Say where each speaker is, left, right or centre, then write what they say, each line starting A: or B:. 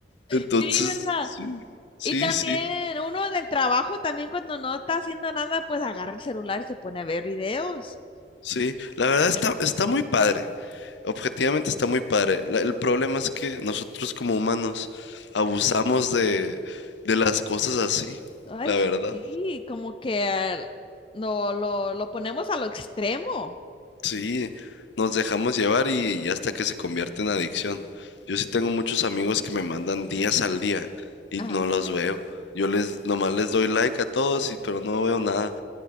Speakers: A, on the left (about 80°); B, on the left (about 30°).
A: Entonces,
B: Sí, ¿verdad?
A: sí, sí,
B: Y también
A: sí,
B: uno en el trabajo, también cuando no está haciendo nada, pues agarra el celular y se pone a ver videos.
A: sí. La verdad está, está muy padre. Objetivamente está muy padre. La- el problema es que nosotros como humanos abusamos de, de las cosas así,
B: Ay,
A: la verdad.
B: sí, como que el- lo, lo, lo ponemos a lo extremo.
A: Sí, nos dejamos llevar y, y hasta que se convierte en adicción. Yo sí tengo muchos amigos que me mandan días al día y
B: Ajá.
A: no los veo. Yo les nomás les doy like a todos y pero no veo nada.